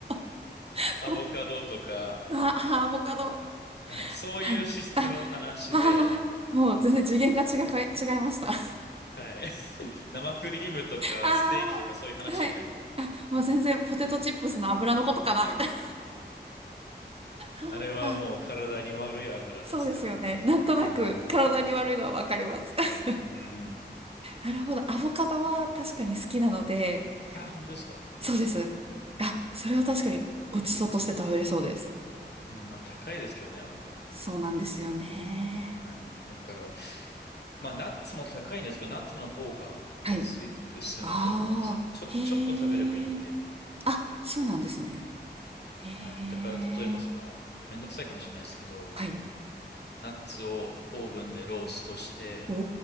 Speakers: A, on the right; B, on the left.
A: <laughs>
B: アボカドとか、
A: もうあ、アボカド。
B: はい。そういう脂質の話で、
A: はい。あ、ああ、もう全然次元が違か、違いました。<laughs>
B: はい。<laughs> 生クリームとか、
A: ああ、
B: ステーキとかそういう話じゃないんで。
A: はい。あ、もう全然ポテトチップスの油のことかな、みたいな。<laughs>
B: あれはもう体に悪い油ですからね。
A: ああ、そうですよね。なんとなく体に悪いのはわかります。
B: はい。
A: <laughs>
B: うん。
A: なるほど。アボカドは確かに好きなので、
B: あ、あ本当ですか。
A: そうです。
B: よかった。
A: あ、
B: うん。
A: それは確かにごちそうとして食べれそうです。
B: うん、まあ高いですけどね、アボカドも今。
A: そうなんですよね。
B: はい。だから、まあナッツも高いんですけど、ナッツの方が安く済むと思うんですよね。
A: はい。ああ、
B: ちょ、
A: へえ。
B: ちょっと食べればいいんで。
A: あ、そうなんですね。へえ。
B: はい。だから、例えばその、めんどくさいかもしれないですけど、
A: はい。
B: ナッツをオーブンでローストして、
A: お